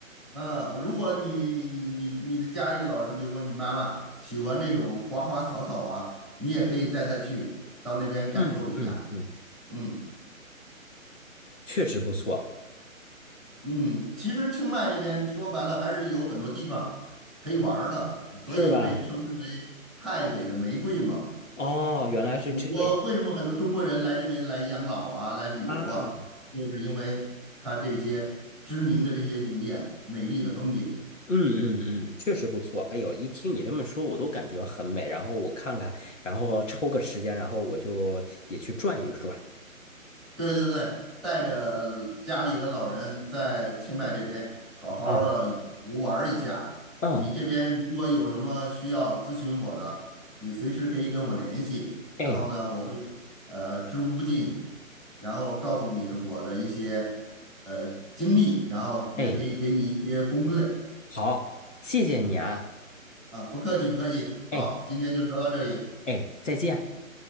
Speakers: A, in the centre; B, on the left (about 60°).
A: 嗯，如果你你你你你的家里老人，比如说你妈妈喜欢这种花花草草啊，你也可以带她去到那边感受一下。
B: 嗯嗯嗯。
A: 嗯。
B: 确实不错。
A: 嗯，其实清迈这边说白了还是有很多地方可以玩儿的，呃所以被称之为泰北的玫瑰嘛。
B: 是吧？哦，原来是这样
A: 很多为什么很多中国人来这边来养老啊，来旅游啊，
B: 啊！嗯
A: 就是因为它这些知名的这些景点、美丽的风景。
B: 嗯嗯，确实不错。哎呦，一听你这么说，我都感觉很美。然后我看看，然后抽个时间，然后我就也去转一转。
A: 对对对，带着家里的老人在清迈这边好好的游玩儿一下。
B: 啊，嗯，
A: 你这边如果有什么需要咨询我的，你随时可以跟我联系。然后呢，
B: 哎
A: 我会呃知无不尽，然后告诉你我的一些呃经历，然后也可以给你一些攻略
B: 哎，好，谢谢你啊。
A: 啊。不客气，不客气。好，
B: 哎
A: 今天就聊到这里，
B: 哎，再见。